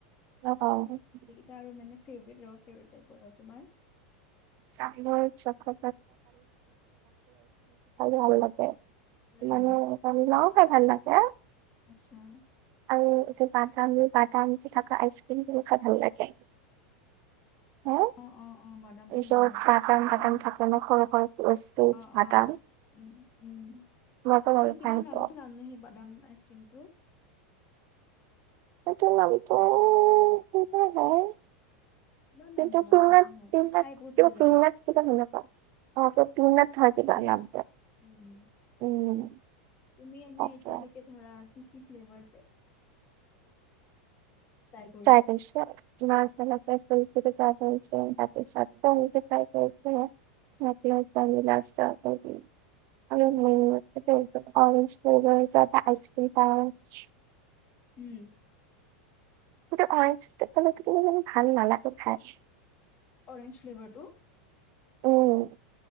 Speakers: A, on the right (about 50°); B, on the left (about 35°).
A: <unintelligible>
B: এই কেইটা আৰু ফেভাৰিট আৰু ফেভাৰিট টাইপৰ আৰু তোমাৰ?
A: <unintelligible> খাই ভাল লাগে <unintelligible>
B: উম
A: মানে <unintelligible> খাই ভাল লাগে।
B: আচ্ছা'।
A: আৰু এতিয়া বাদাম যে বাদাম যে থকা আইচক্ৰীমটো খাই ভাল লাগে। হা
B: অঁ' অঁ' অঁ' বাদামটো ভাল
A: য'ত
B: লাগে,
A: বাদাম বাদাম
B: উমঁ'
A: থাকে ন সৰু সৰু স্পেচ
B: অঁ'
A: বাদাম
B: অঁ'। উমঁ' উমঁ'
A: মইতো
B: সেই কিবা
A: ভাল
B: নামটো
A: পাওঁ সেইটো
B: নাম সেই বাদাম আইচ ক্ৰীমটোৰ।
A: সেইটো নামতো কিবা হয়। <unintelligible>
B: কিবা নাম ৰবা নাজানো খাই বহুত ভাল লাগে
A: <unintelligible>
B: পিন উম তুমি এনেই
A: তাকে।
B: এতিয়ালৈকে ধৰা কি কি ফ্লেভাৰ ত ট্ৰাই কৰি
A: পাইছা? মাৰশল য <unintelligible> য বাকি চ খাই যছে <unintelligible> <unintelligible> আৰু মেইমলিকেটো অৰেজ ফ্লেভাৰ তাৰপৰা আইচক্ৰিম <unintelligible>
B: উমঁ।
A: কিন্তু অৰেঞ্জটো কেতিয়াবা কেতিয়াবা মানে ভাল নালাগে খায়।
B: অৰেঞ্জ ফ্লেভাৰটো।
A: অ',